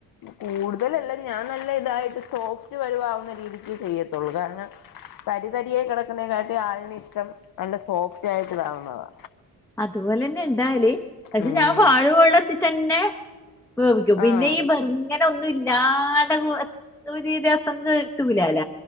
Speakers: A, on the left; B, in the centre.
A: കൂടുതലെല്ലാ ഞാൻ നല്ല ഇതായിട്ട് സോഫ്റ്റ് വരുവാവുന്ന രീതിക്കെ ചെയ്യത്തുള്ളൂ കാര്ണം തരി തരിയായി കെടക്കുന്നേക്കാട്ട് ആളിന് ഇഷ്ട്ടം നല്ല സോഫ്റ്റ് ആയിട്ട് ഇതാവുന്നതാ
B: അതുപോലെന്നെ ഇണ്ടാഹല് പക്ഷെ
A: ഉം
B: ഞാൻ പാലും വെള്ളത്തി തന്നെ വേവിക്കും പിന്നെ
A: ആഹ്
B: ഈ ബെർങ്ങ നൊന്നും ഇല്ലാണ്ടെ ഒരു രസം കിട്ടൂലാല